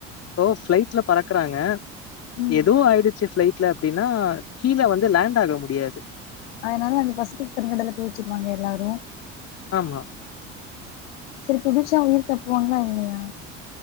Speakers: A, on the left; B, on the left.
A: இப்போ ஃபிளைட்ல பறக்குறாங்க
B: ம்
A: எதோ ஆயிடுச்சு ஃப்ளைட் இல்லே அப்படின்னா கீழே வந்து லேண்ட் ஆக முடியாது
B: அதனால அந்த பசிபிக் பெருங்கடல்ல குதிச்சிருவாங்க எல்லாரும்
A: ஆமா
B: சரி குதிச்சா உயிர் தப்புவாங்களா இல்லையா